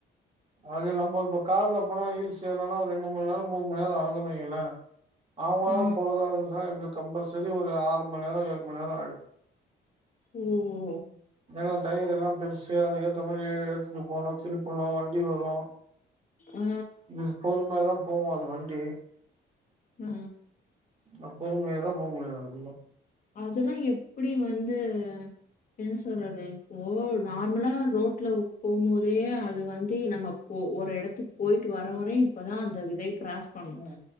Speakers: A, on the right (about 30°); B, on the left (about 45°).
A: அது நம்ம இப்ப கார்ல போனா ஹீல்ஸ் ஏர்னா ஒரு ரெண்டு மண் நேரம் மூண் மணி நேரம் ஆகுற்ன்றில்லீங்க ஆமா
B: ஆ.
A: போறதா இருந்துச்சுனா எப்படி கம்பல்சரி ஒரு ஆறு மண் நேரோ ஏழு மண் நேரோ ஆயிடு
B: உம் உம்
A: ஏனா டயர் எல்லாம் பெருசு அதுக்கேத்த மாரி எடுத்துட்டு போனு திரு போன வண்டி வரு
B: ஆ,
A: கொஞ்சோ பொறுமயாதா போவோ வண்டி
B: ஆ.
A: அப்போ நீங்க <unintelligible> போக முடியு நடந்துதா
B: அதெல்லா எப்படி வந்து என்ன சொல்றது இப்போ நார்மலா ரோட்ல போம்போதே அது வந்து நம்ம போ ஒரு எடத்துக்கு போயிட்டு வரவரை இப்பதா அந்த இதே கிராஸ் பண்ணு
A: ம்.